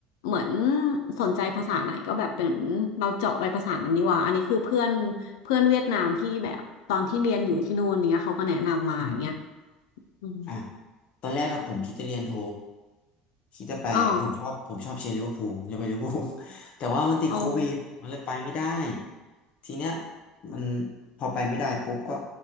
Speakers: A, on the left; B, on the left.
A: เหมือนสนใจภาษาไหนก็แบบเป็นเราเจาะไปภาษานั้นดีกว่าอันนี้คือเพื่อนเพื่อนเวียดนามที่แบบตอนที่เรียนอยู่ที่นู่นเนี้ยเขาก็แนะนำมาอย่างเงี้ย
B: อืม
A: อืม
B: อ่ะตอนแรกอะผมคิดจะเรียนโทคิดจะไปผมชอบผมชอบเชียร์ลิเวอร์พูล
A: อ๋อ
B: <laughs> ผมจะไปลิเวอร์พูล <laughs> แต่ว่ามันติดโควิดมันเลยไปไม่ได้
A: อ๋อ
B: ทีเนี้ยมันพอไปไม่ได้ปุ๊บก็